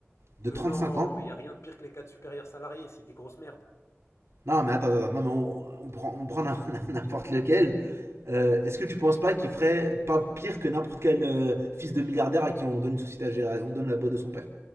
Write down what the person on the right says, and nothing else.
de
35
ans.
Non, mais attends, attends, non, mais on, on prend, on prend <laughs> n'importe lequel. Euh, Est-ce que tu penses pas qu'il ferait pas pire que n'importe quel euh, fils de milliardaire à qui on donne une société à gérer, on donne la boîte de son père